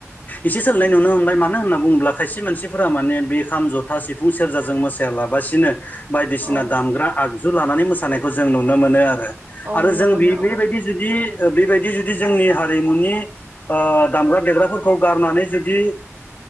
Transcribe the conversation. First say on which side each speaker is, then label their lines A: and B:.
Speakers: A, on the left; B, on the right.
A: एसे सोलायनाय
B: औ नोंथां
A: नुनो मोनबाय मानो होन्ना बुंङो ब्ला खायसे मानसिफोरा माने बे खाम जथा सिफुं सेरजाजों मोसायालाबासिनो बायदिसिना
B: औ
A: दामग्रा आगजु लानानै मोसानायखौ जों नुनो मोनो आरो आरो
B: औ नुनो
A: जों
B: मोनो
A: बे बेबायदि
B: औ
A: जुदि बेबायदि जुदि जोंनि हारिमुनि दामग्रा देग्राफोरखौ गारनानै जुदि